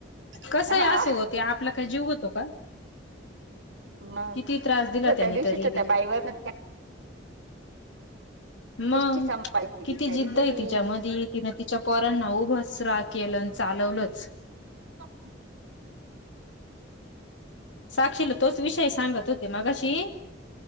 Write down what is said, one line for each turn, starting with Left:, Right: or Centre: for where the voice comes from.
Left: कसंही
Right: पण. हा
Left: असो ते आपला काय जीव होतो का?
Right: मग
Left: किती त्रास दिला
Right: त्या
Left: त्यानी
Right: दिवशीच
Left: तरी
Right: त्या
Left: बी
Right: बाईवरनं कशी
Left: मग
Right: सांभाळते
Left: किती
Right: बिचारी
Left: जिद्दय
Right: कशी
Left: तिच्यामधी तिन तिच्या पोरांना उभचं रा केलंन चालवलंच
Right: प <inaudible>
Left: साक्षीला तोच विषय सांगत होते मगशी